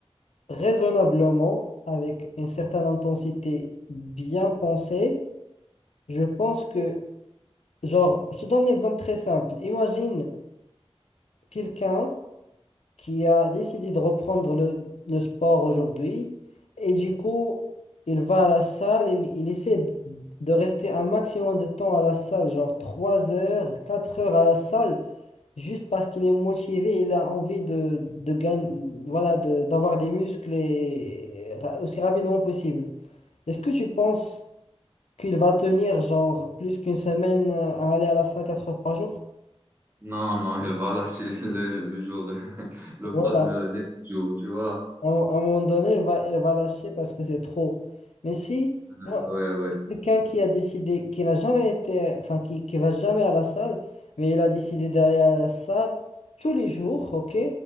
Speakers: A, on the left; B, on the right.
A: raisonnablement, avec une certaine intensité bien pensée, je pense que, genre, je te donne un exemple très simple. Imagine quelqu'un qui a décidé de reprendre le, le sport aujourd'hui. Et du coup, il va à la salle, il, il essaie d- de rester un maximum de temps à la salle, genre 3 heures, 4 heures à la salle, juste parce qu'il est motivé, il a envie de, de gagner, voilà, de- d'avoir des muscles et, ra- aussi rapidement possible. Est-ce que tu penses qu'il va tenir genre plus qu'une semaine euh, à aller à la salle 4 heures par jour?
B: Non, non, il va lâcher le, le le jour, <laughs> le,
A: voilà
B: pro- le next jour, tu vois?
A: À un à un moment donné, elle va, elle va lâcher parce que c'est trop. Mais si
B: Hmm,
A: moi,
B: Ouais, ouais.
A: quelqu'un qui a décidé, qui n'a jamais été, enfin, qui, qui va jamais à la salle, mais il a décidé d'aller à la salle tous les jours, ok?